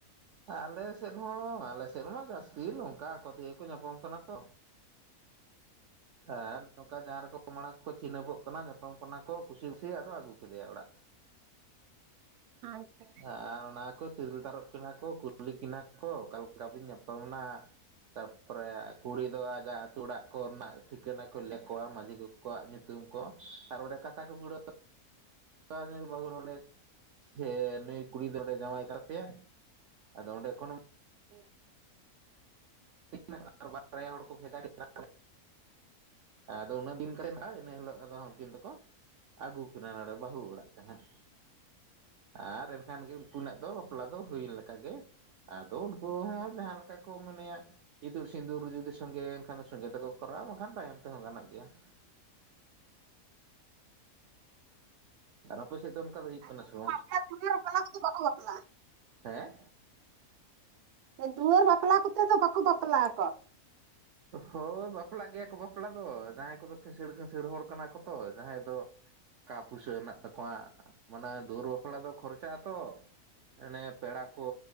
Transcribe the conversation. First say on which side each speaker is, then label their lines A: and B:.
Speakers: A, on the right (about 65°); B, on the right (about 80°).
A: ᱟᱞᱮᱥᱮᱫ ᱦᱚᱸ ᱟᱞᱮᱥᱮᱫ ᱢᱟ ᱡᱟᱹᱥᱛᱤ ᱱᱚᱝᱠᱟ ᱟᱠᱚ ᱛᱮᱜᱮ ᱠᱚ ᱧᱟᱯᱟᱢ ᱠᱟᱱᱟ ᱛᱚ ᱦᱮᱸ ᱱᱚᱝᱠᱟ ᱡᱟᱦᱟᱸ ᱨᱮᱠᱚ ᱢᱟᱲᱟᱝ ᱠᱚᱠᱚ ᱪᱤᱱᱦᱟᱹᱯᱚᱜ ᱠᱟᱱᱟ ᱧᱟᱯᱟᱢ ᱠᱟᱱᱟ ᱠᱚ ᱠᱩᱥᱤ ᱠᱩᱥᱤ ᱟᱫᱚ ᱟᱹᱜᱩ ᱠᱮᱫᱮᱭᱟ ᱚᱲᱟᱜ <inaudible>
B: ᱟᱪᱪᱷᱟ
A: ᱟᱨ ᱚᱱᱟ ᱠᱚ ᱛᱤᱨᱟᱞ ᱛᱟᱨᱚᱵ ᱠᱤᱱᱟᱹ ᱠᱚ ᱠᱩᱞᱤ ᱠᱤᱱᱟ ᱠᱚ ᱚᱠᱟ ᱞᱮᱠᱟ ᱵᱤᱱ ᱧᱟᱯᱟᱢ ᱮᱱᱟ? ᱛᱟᱯᱚᱨᱮ ᱠᱩᱲᱤ ᱫᱚ ᱟᱡᱟᱜ ᱟᱹᱛᱩ ᱚᱲᱟᱜ ᱠᱚ ᱨᱮᱱᱟᱜ ᱴᱷᱤᱠᱟᱹᱱᱟ ᱠᱚ ᱞᱮ ᱠᱚᱣᱟ ᱢᱟᱺᱡᱷᱤ ᱠᱚ ᱠᱚᱣᱟᱜ ᱧᱩᱛᱩᱢ ᱠᱚ ᱟᱨ ᱚᱸᱰᱮ ᱠᱟᱛᱟ ᱠᱚ ᱠᱩᱲᱟᱹᱣ <unintelligible> ᱥᱮ ᱱᱩᱭ ᱠᱩᱲᱤ ᱫᱚ ᱱᱚᱰᱮ ᱡᱟᱢᱟᱭ ᱛᱟᱯᱮᱭᱟᱭ! ᱟᱫᱚ ᱚᱸᱰᱮ ᱠᱷᱚᱱᱚ
B: ᱦᱮ ᱾
A: <inaudible> ᱵᱟᱨᱭᱟ ᱦᱚᱲ ᱠᱚ ᱵᱷᱮᱡᱟ ᱠᱤᱱᱟᱹ ᱾ ᱟᱫᱚ ᱩᱱᱟᱹᱜ ᱫᱤᱱ ᱠᱟᱛᱮ ᱱᱟᱦᱟᱜ ᱤᱱᱟᱹ ᱦᱤᱞᱳᱜ ᱟᱫᱚ ᱩᱱᱠᱤᱱ ᱫᱚᱠᱚ ᱟᱹᱜᱩ ᱠᱤᱱᱟ ᱱᱚᱲᱮ ᱵᱟᱹᱦᱩ ᱚᱲᱟᱜ ᱛᱮ ᱦᱟᱸᱜ ᱟᱨ ᱮᱱᱠᱷᱟᱱ ᱜᱮ ᱩᱱᱠᱤᱱᱟᱜ ᱫᱚ ᱵᱟᱯᱞᱟ ᱫᱚ ᱦᱩᱭᱮᱱ ᱞᱮᱠᱟ ᱜᱮ, ᱟᱫᱚ ᱩᱱᱠᱩ ᱦᱚᱸ ᱡᱟᱦᱟᱸ ᱞᱮᱠᱟ ᱠᱚ ᱢᱚᱱᱮᱭᱟ ᱤᱛᱩᱫ ᱥᱤᱸᱫᱩᱨ ᱡᱩᱫᱤ ᱥᱚᱸᱜᱮ ᱮᱱᱠᱷᱟᱱ ᱥᱚᱸᱜᱮ ᱛᱮᱠᱚ ᱠᱚᱨᱟᱣᱟ ᱵᱟᱝᱠᱷᱟᱱ ᱛᱟᱭᱚᱢ ᱛᱮᱦᱚᱸ ᱜᱟᱱᱚᱜ ᱜᱮᱭᱟ ᱾ ᱟᱨ ᱟᱯᱮ ᱥᱮᱫ ᱫᱚ ᱚᱱᱠᱟ ᱫᱚ ᱦᱩᱭᱩᱜ
B: ᱟᱨ
A: ᱠᱟᱱᱟ
B: ᱱᱚᱝᱠᱟ
A: ᱥᱮ ᱵᱟᱝ?
B: ᱵᱟᱯᱞᱟ ᱫᱩᱣᱟᱹᱨ ᱵᱟᱯᱞᱟ ᱠᱚᱫᱚ ᱵᱟᱠᱚ ᱵᱟᱯᱞᱟᱜᱼᱟ
A: ᱦᱮᱸ!
B: ᱫᱩᱦᱟᱹᱨ ᱵᱟᱯᱞᱟ ᱠᱚᱛᱮ ᱫᱚ ᱵᱟᱠᱚ ᱵᱟᱯᱞᱟ ᱟᱠᱚ ᱾
A: ᱦᱳᱭ, ᱵᱟᱯᱞᱟᱜ ᱜᱮᱭᱟ ᱠᱚ ᱵᱟᱯᱞᱟ ᱫᱚ ᱡᱟᱦᱟᱸᱭ ᱠᱚᱫᱚ ᱠᱤᱸᱥᱟᱹᱲ ᱠᱤᱸᱥᱟᱹᱲ ᱦᱚᱲ ᱠᱟᱱᱟ ᱠᱚ ᱛᱚ ᱡᱟᱦᱟᱸᱭ ᱫᱚ ᱠᱟ ᱯᱩᱭᱥᱟᱹ ᱦᱮᱱᱟᱜ ᱛᱟᱠᱚᱣᱟ, ᱢᱟᱱᱮ ᱫᱩᱣᱟᱹᱨ ᱵᱟᱯᱞᱟ ᱫᱚ ᱠᱷᱚᱨᱪᱟᱜ ᱟᱛᱚ ᱾ ᱮᱱᱮ ᱯᱮᱲᱟ ᱠᱚ